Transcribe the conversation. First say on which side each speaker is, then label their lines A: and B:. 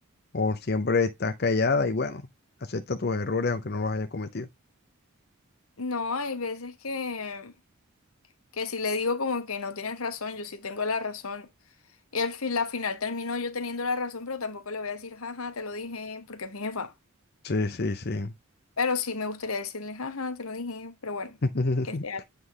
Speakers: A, on the left; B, on the left.
A: o siempre estás callada y bueno, acepta tus errores aunque no los hayas cometido?
B: No, hay veces que, que si le digo como que no tienes razón, yo sí tengo la razón. Y al fin, la final terminó yo teniendo la razón, pero tampoco le voy a decir, jaja, te lo dije, porque es mi jefa.
A: Sí, sí, sí.
B: Pero sí me gustaría decirle, jaja, te lo dije, pero bueno,
A: <laughs>
B: que sea.